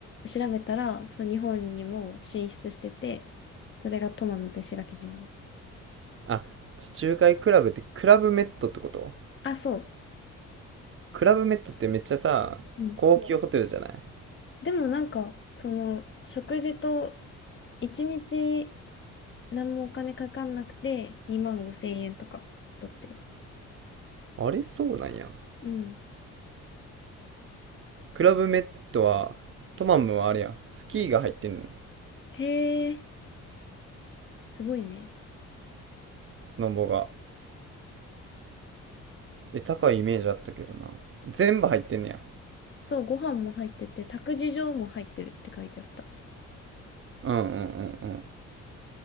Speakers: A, on the left; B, on the right.
A: 調べたら、そう、日本にも進出してて、それがトマムと石垣島だっ
B: あ、地中海クラブってクラブメットってこと
A: た。あ、そう。
B: クラブメットってめっちゃさ、
A: うん。
B: 高級ホテルじゃない
A: でもなんか、その、食事と一日何もお金かかんなくて2万5千円とかだったよ。
B: あれそうなんや。
A: うん。
B: クラブメットは、トマムはあれや、スキーが入ってんねん。
A: へえ、すごいね。
B: スノボが。え、高いイメージあったけどな。全部入ってんねや。
A: そう、ご飯も入ってて、託児所も入ってるって書いてあった。
B: うんうんうんうん。